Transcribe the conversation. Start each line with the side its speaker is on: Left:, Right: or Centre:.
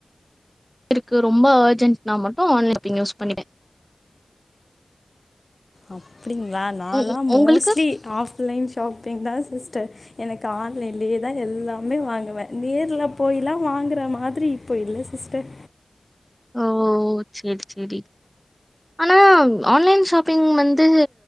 Centre: <inaudible> இருக்கு ரொம்ப அர்ஜென்ட்னா மட்டு ஆன்லைன் ஷாப்பிங் யூஸ் பண்ணுவே
Left: அப்டிங்களா நாலா
Centre: உ
Left: மோஸ்ட்லி
Centre: உங்களுக்கு
Left: ஆஃப்லைன் ஷாப்பிங் தா சிஸ்டர் எனக்கு ஆன்லைன்லேயேதா எல்லாமே வாங்குவ நேர்ல போயில்லா வாங்குற மாதிரி இப்போ இல்ல சிஸ்டர்
Centre: ஓ செரி செரி ஆனா ஆன்லைன் ஷாப்பிங் வந்து